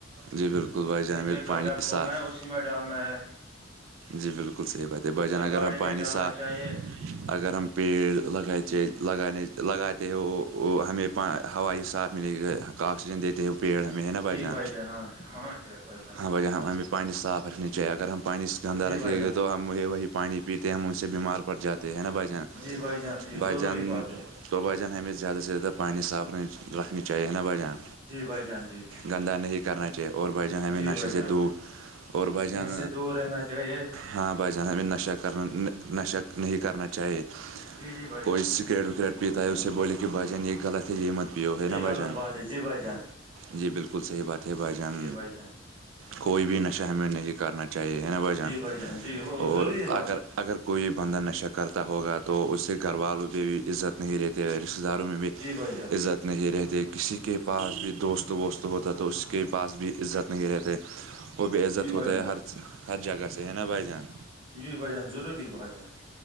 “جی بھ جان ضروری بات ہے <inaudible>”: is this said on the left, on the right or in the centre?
Right